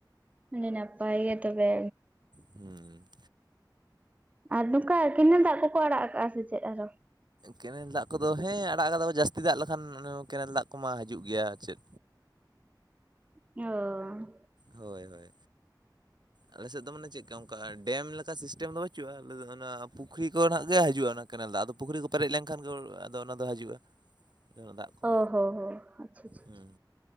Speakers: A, on the right; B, on the right.
A: ᱟᱹᱰᱤ ᱱᱟᱯᱟᱭ ᱜᱮ ᱛᱚᱵᱮ᱾
B: ᱦᱩᱸ
A: ᱟᱨ ᱱᱚᱝᱠᱟ ᱠᱮᱱᱮᱞ ᱫᱟᱜ ᱠᱚᱠᱚ ᱟᱲᱟᱜ ᱟᱠᱟᱟᱜᱼᱟ ᱥᱮ ᱪᱮᱜ ᱟᱨᱦᱚ?
B: ᱠᱮᱱᱮᱞ ᱫᱟᱜ ᱠᱚᱫᱚ ᱦᱮᱸ ᱟᱲᱟᱜ ᱠᱟᱫᱟ ᱡᱟᱹᱥᱛᱤ ᱫᱟᱜ ᱞᱮᱠᱷᱟᱱ ᱠᱮᱱᱮᱞ ᱫᱟᱜ ᱠᱚᱢᱟ ᱦᱤᱡᱩᱜ ᱜᱮᱭᱟ ᱟᱨ ᱪᱮᱫ᱾
A: ᱚ
B: ᱦᱳᱭ ᱦᱳᱭ ᱟᱞᱮᱥᱮᱫ ᱫᱚ ᱢᱟᱱᱮ ᱪᱮᱜᱠᱟ ᱚᱝᱠᱟ ᱰᱮᱢ ᱞᱮᱠᱟ ᱥᱤᱥᱴᱮᱢ ᱫᱚ ᱵᱟᱹᱪᱩᱜᱼᱟ᱾ ᱟᱞᱮ ᱫᱚ ᱚᱱᱟ ᱯᱩᱠᱷᱨᱤ ᱠᱚ ᱱᱟᱜ ᱜᱮ ᱦᱤᱡᱩᱜᱼᱟ᱾ ᱠᱮᱱᱮᱞ ᱫᱟᱜ ᱟᱫᱚ ᱯᱩᱠᱷᱨᱤ ᱠᱚ ᱯᱮᱨᱮᱡ ᱞᱮᱱᱠᱷᱟᱱ ᱜᱮ ᱟᱫᱚ ᱚᱱᱟ ᱫᱚ ᱦᱤᱡᱩᱜᱼᱟ᱾ ᱚᱱᱟ ᱫᱟᱜ ᱠᱚ
A: ᱚ ᱦᱚ ᱦᱚ ᱟᱪᱪᱷᱟ ᱟᱪᱪᱷᱟ᱾
B: ᱦᱩᱸ